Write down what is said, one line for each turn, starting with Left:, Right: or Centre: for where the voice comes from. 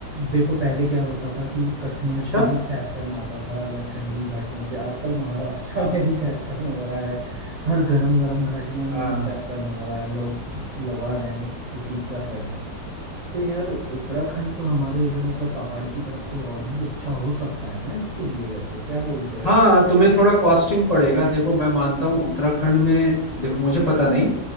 Right: देखो पहले क्या होता था कि कश्मीर
Left: अच्छा
Right: से ही सैफरन आता था या ठंडी घाटियों से आजकल महाराष्ट्र <laughs> में भी सैफरन हो रहा है हर गरम गरम घाटियों में
Left: हाँ
Right: भी सैफरन हो रहा है लोग लगा रहे हैं उस खेती कर रहे हैं तो यार उत्तराखंड तो हमारे इधर मतलब पहाड़ की तरफ तो और भी अच्छा हो सकता है ना इसके लिए वैसे क्या बोलते
Left: हाँ
Right: हो
Left: तुम्हें थोड़ा कॉस्टिंग पड़ेगा देखो मैं मानता हूँ उत्तराखंड में देखो मुझे पता नहीं